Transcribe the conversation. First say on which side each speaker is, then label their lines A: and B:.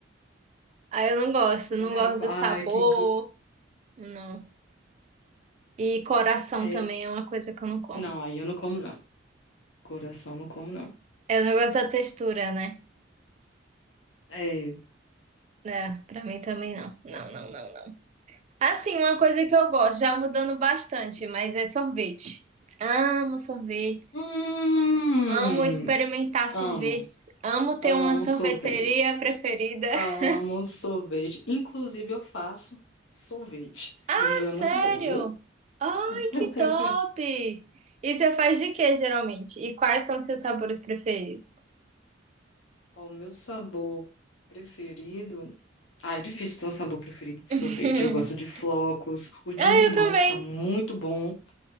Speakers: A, on the right; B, on the left.
A: Ah, eu não gosto, não
B: Mas não
A: gosto
B: é algo que fala,
A: do sabor,
B: ai, que... go-"
A: não. E coração
B: É,
A: também é uma coisa que eu não como.
B: não, aí eu não como, não. Coração, não como, não.
A: Eu não gosto da textura, né?
B: É...
A: É, pra mim também não. Não, não, não. Assim, uma coisa que eu gosto, já mudando bastante, mas é sorvete. Amo sorvetes,
B: Hum,
A: amo experimentar
B: amo,
A: sorvetes, amo ter
B: amo
A: uma sorveteria
B: sorvete.
A: preferida.
B: Amo
A: <laughs>
B: sorvete. Inclusive, eu faço sorvete.
A: Ah,
B: E o meu
A: sério?
B: é muito bom, viu?
A: Ai,
B: <laughs>
A: que top! E você faz de quê, geralmente? E quais são seus sabores preferidos?
B: Ó, o meu sabor preferido. Ah, é difícil ter um sabor preferido de
A: <laughs>
B: sorvete. Eu gosto de flocos. O de
A: Ah,
B: limão
A: eu também.
B: fica muito bom.